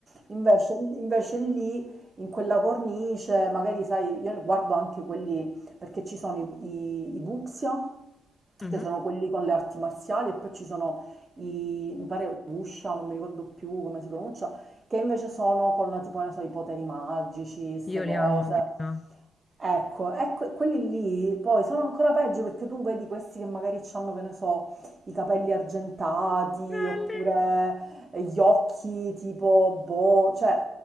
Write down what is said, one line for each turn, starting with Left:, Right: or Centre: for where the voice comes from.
Right: Invece, invece lì, in quella cornice, magari sai, io guardo anche quelli, perché ci sono i, i, i Buxia,
Left: mhm.
Right: che sono quelli con le arti marziali, e poi ci sono i, mi pare Usha, non mi ricordo più come si pronuncia, che invece sono con tipo, non so, i poteri magici, queste
Left: Io
Right: cose.
Left: li amo quelli là.
Right: Ecco, ecco, quelli lì poi sono ancora peggio perché tu vedi questi che magari hanno, che ne so, i capelli argentati
Left: Belli.
Right: oppure eh, gli occhi tipo boh, cioè,